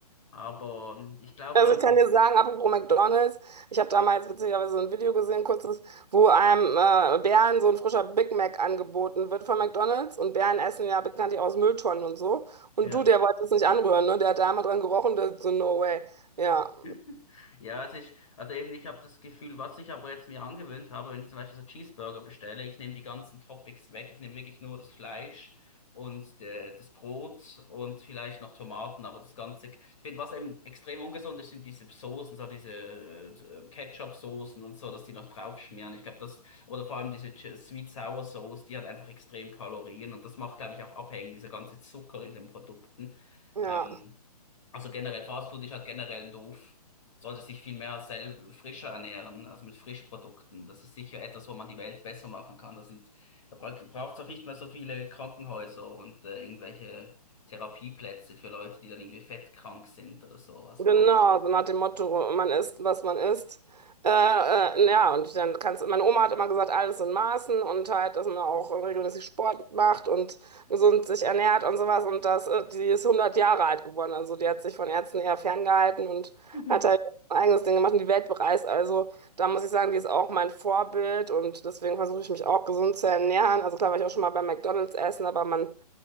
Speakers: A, on the left (about 55°); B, on the right (about 85°).
A: Aber ähm, ich glaube
B: Also
A: ganz,
B: ich kann dir sagen, apropos McDonald's, ich habe damals witzigerweise ein Video gesehen, kurzes, wo einem äh, Bären so ein frischer Big Mac angeboten wird von McDonald's und Bären essen ja bekanntlich aus Mülltonnen und so. Und
A: ja.
B: du, der wollte es nicht anrühren, ne? Der hat da einmal dran gerochen, der so, no way. Ja,
A: <laughs> Ja, es ist, also eben, ich habe das Gefühl, was ich aber jetzt mir angewöhnt habe, wenn ich zum Beispiel so Cheeseburger bestelle, ich nehme die ganzen Toppings weg, ich nehme wirklich nur das Fleisch und äh, das Brot und vielleicht noch Tomaten, aber das Ganze, ich finde, was eben extrem ungesund ist, sind diese Soßen, so diese äh, Ketchup-Soßen und so, dass die noch draufschmieren. Ich glaube, das, oder vor allem diese Ch- Sweet Sour Sauce, die hat einfach extrem Kalorien und das macht, glaube ich, auch abhängig, dieser ganze Zucker in den Produkten.
B: ja.
A: Ähm, also generell Fastfood ist halt generell doof. Sollte sich viel mehr selber frischer ernähren, also mit Frischprodukten. Das ist sicher etwas, wo man die Welt besser machen kann. Das sind, da braucht es auch nicht mehr so viele Krankenhäuser und äh, irgendwelche Therapieplätze für Leute, die dann irgendwie fettkrank sind oder so. Also
B: Genau, so nach dem Motto, man isst, was man isst. Äh, äh, ja, und dann kannst meine Oma hat immer gesagt, alles in Maßen und halt, dass man auch regelmäßig Sport macht und gesund sich ernährt und sowas. Und das, äh, die ist hundert Jahre alt geworden. Also die hat sich von Ärzten eher ferngehalten und
A: <laughs>
B: hat halt ein eigenes Ding gemacht und die Welt bereist. Also da muss ich sagen, die ist auch mein Vorbild und deswegen versuche ich mich auch gesund zu ernähren. Also klar war ich auch schon mal bei McDonald's essen, aber man